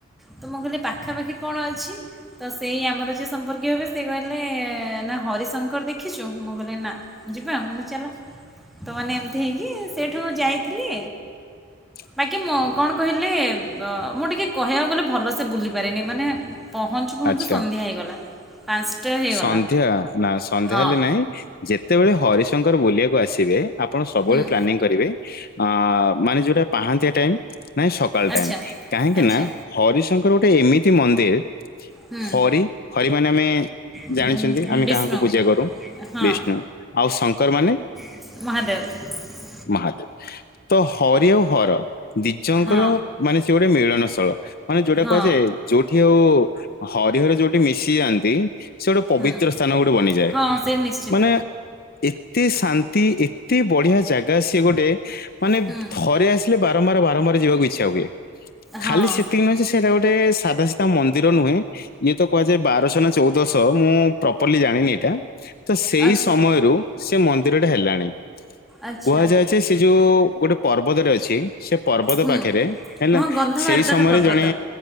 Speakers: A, in the centre; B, on the left (about 50°).
A: ତ ମୁଁ କହିଲି ପାଖାପାଖି କଣ ଅଛି? ତ ସେଇ ଆମର ଯିଏ ସମ୍ପର୍କୀୟ ହେବେ ସେ କହିଲେ ନା ହରିଶଙ୍କର ଦେଖିଛୁ ମୁଁ କହିଲି ନା। ଯିବା ମୁଁ କହିଲି ଚାଲ ତମାନେ ଏମିତି ହେଇକି ସେଇଠୁ ଯାଇଥିଲି।
B: ହ
A: ବାକି ମୁଁ କଣ କହିଲେ ମୁଁ ଟିକେ କହିବାକୁ ଗଲେ ଭଲସେ ବୁଲି ପାରିନି ମାନେ ପହଞ୍ଚୁ ପହଞ୍ଚୁ
B: ଆଚ୍ଛା
A: ସନ୍ଧ୍ୟା ହେଇଗଲା। ପାଞ୍ଚଟା ହେଇଗଲା
B: ସନ୍ଧ୍ୟା ନା ସନ୍ଧ୍ୟା
A: ହଁ
B: ହେଲେ ନାଇଁ। ଯେତେବେଳେ ହରିଶଙ୍କର ବୁଲିବାକୁ ଆସିବେ ଆପଣ ସବୁବେଳେ
A: ହୁଁ
B: ପ୍ଲାନିଂ କରିବେ। ଅ ମାନେ ଯୋଉଟା ପାହାନ୍ତିଆ ଟାଇମ୍, ନାଇଁ ସକାଳ
A: ଆଚ୍ଛା
B: ଟାଇମ୍ କାହିଁକି
A: ଆଚ୍ଛା
B: ନା ହରିଶଙ୍କର ଗୋଟେ ଏମିତି ମନ୍ଦିର୍,
A: ହୁଁ
B: ହରି- ହରି ମାନେ ଆମେ
A: ଉଁ,
B: ଜାଣିଛନ୍ତି, ଆମେ
A: ବିଷ୍ଣୁ
B: କାହାକୁ ପୂଜା କରୁ,
A: ହଁ
B: ବିଷ୍ଣୁ ଆଉ ଶଙ୍କର ମାନେ
A: ମହାଦେବ।
B: ମହାଦେବ ତ ହରି ଆଉ ହର ଦିଜଙ୍କର
A: ହଁ
B: ମାନେ ସେ ଗୋଟେ ମିଳନସ୍ଥଳ। ମାନେ ଯୋଉଟା
A: ହଁ
B: କୁହାଯାଏ, ଯୋଉଠି ଆଉ ହରିହର ଯୋଉଠି ମିଶି ଯାଆନ୍ତି। ସେ ଗୋଟେ ପବିତ୍ର
A: ହୁଁ
B: ସ୍ଥାନ ଗୋଟେ ବନିଯାଏ
A: ହଁ ସେ ନିଶ୍ଚିତ
B: ମାନେ ଏତେ ଶାନ୍ତି, ଏତେ ବଢିଆ ଜାଗା ସିଏ ଗୋଟେ ମାନେ
A: ହୁଁ
B: ଥରେ ଆସି ଖାଲି ବାରମ୍ବାର ବାରମ୍ବାର ଯିବାକୁ ଇଛା ହୁଏ,
A: ହଁ
B: ଖାଲି ସେତିକି ନୁହେଁ ଯେ, ସେଇଟା ଗୋଟେ ସାଧା ସିଧା ମନ୍ଦିର ନୁହେଁ ଯିଏ ତ କୁହାଯାଏ ବାରଶହ ନା ଚଉଦଶହ ତ ମୁଁ ପ୍ରପରଲି ଜାଣିନି ଏଇଟା ତ ସେଇ
A: ଆଚ୍ଛା
B: ସମୟରୁ ସେ ମନ୍ଦିରଟା ହେଲାଣି।
A: ଆଚ୍ଛା
B: କୁହାଯାଏ ଯେ ସେ ଯୋଉ ଗୋଟେ ପର୍ବତରେ ଅଛି ସେ ପର୍ବତ
A: ହୁଁ
B: ପାଖରେ ହେଲା
A: ହଁ ଗନ୍ଧମାର୍ଦ୍ଦନ
B: ସେଇ ସମୟରେ
A: ପର୍ବତ
B: ଜଣେ